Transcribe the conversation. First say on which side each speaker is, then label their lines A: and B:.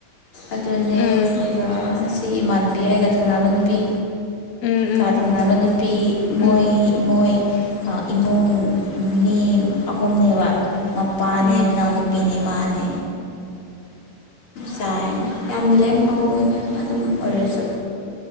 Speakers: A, on the left; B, on the left.
A: ꯑꯗꯨꯅꯦ
B: ꯎꯝ
A: ꯑꯗꯨꯒ ꯁꯤ ꯏꯃꯥꯟꯕꯤ ꯑꯩꯒ ꯊꯪꯅꯕ ꯅꯨꯄꯤ
B: ꯎꯝ ꯎꯝ
A: ꯀꯥ ꯊꯣꯡꯅꯕ ꯅꯨꯄꯤ ꯃꯣꯏ
B: ꯎꯝ
A: ꯏꯃꯣꯏ ꯏꯃꯨꯡ ꯃꯤ ꯑꯍꯨꯝꯅꯦꯕ ꯃꯄꯥꯅꯦ
B: ꯎꯝ
A: ꯃꯅꯥꯎꯅꯨꯄꯤꯅꯦ ꯃꯥꯅꯦ ꯆꯥꯏ ꯌꯥꯝ ꯂꯦꯝꯍꯥꯎꯋꯦꯗ ꯑꯗꯨꯝ ꯑꯣꯏꯔꯁꯨ